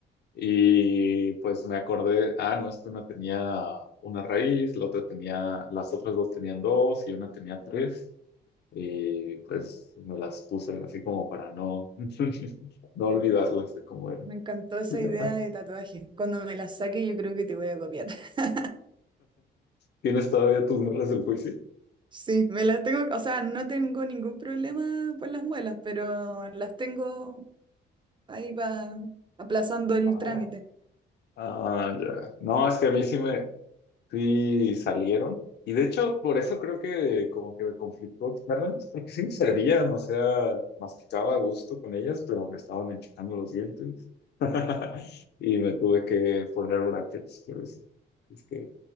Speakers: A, on the left; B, on the right.
A: Y pues me acordé, ah, no, es una tenía una raíz, la otra tenía, las otras dos tenían dos y una tenía tres. Y pues me las puse así como para no, <laughs> no olvidarlas de cómo eran.
B: me encantó esa
A: <laughs>
B: idea de tatuaje. Cuando me las saque, yo creo que te voy a copiar. <laughs>
A: ¿Tienes todavía tus muelas del juicio?
B: Sí, me las tengo, o sea, no tengo ningún problema por las muelas, pero las tengo ahí va aplazando el
A: Ah,
B: trámite.
A: ah, ya. No, es que a mí sí me, sí salieron. Y de hecho, por eso creo que como que me conflictó externamente, porque sí me servían, o sea, masticaba a gusto con ellas, pero me estaban enchocando los dientes. <laughs> Y me tuve que poner brackets, pero eso. Es que